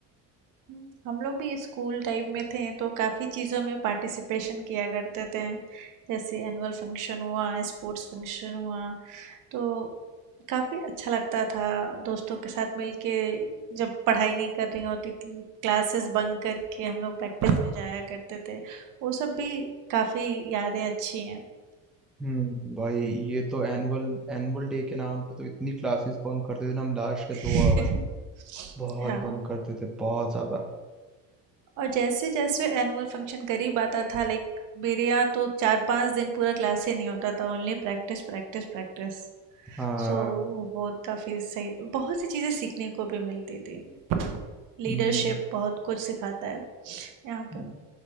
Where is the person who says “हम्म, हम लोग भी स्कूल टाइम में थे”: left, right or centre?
Right